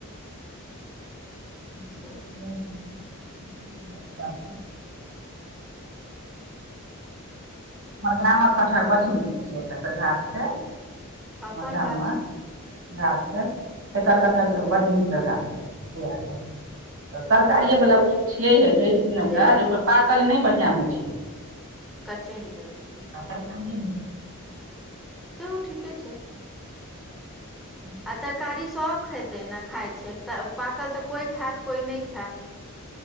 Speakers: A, on the right; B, in the centre.
A: <unintelligible>
B: से
A: मर गा मे रहै छै एक गाछ छैर
B: अपन
A: गाम
B: गाछ
A: मे गाछ के त कटहर के बड्ड नीक तरकारी होइ छै पू त सरकारिएवला
B: हमरा तऽ
A: बुजुर्ग छियैहे कहै छथिन ओकरा
B: छैहे
A: जे ओकर पाकल नहि बढ़िआँ होइत छै
B: कच्चे नीक लगै छै
A: आर काज दम छै
B: से ठीके छै
A: ह <inaudible>
B: आ तरकारी सभ खेतै ने खाइ छै पाकल तऽ कोइ खायत कोइ नहि खायत